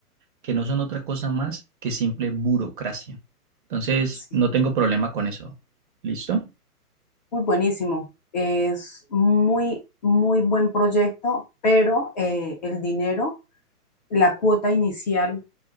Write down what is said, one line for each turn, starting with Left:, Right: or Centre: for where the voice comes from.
Right: que no son otra cosa más que simple burocracia. Entonces,
Left: Sí.
Right: no tengo problema con eso. ¿Listo?
Left: Muy buenísimo. Es muy, muy buen proyecto, pero eh, el dinero, la cuota inicial